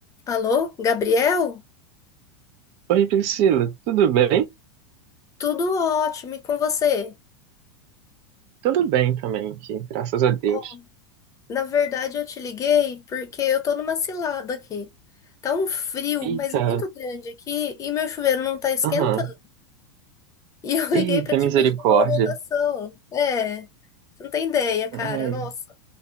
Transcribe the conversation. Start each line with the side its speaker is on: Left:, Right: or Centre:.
Left: Alô, Gabriel?
Right: Oi, Priscila, tudo bem?
Left: Tudo ótimo, e com você?
Right: Tudo bem também aqui, graças a Deus.
Left: Ó, Na verdade, eu te liguei porque eu tô numa cilada aqui. Tá um frio,
Right: Eita,
Left: mas muito grande aqui, e meu chuveiro não tá esquentando.
Right: aham,
Left: E eu <laughs>
Right: Eita,
Left: liguei pra te
Right: misericórdia.
Left: pedir uma orientação. É, você não tem ideia, cara.
Right: Ai,
Left: Nossa,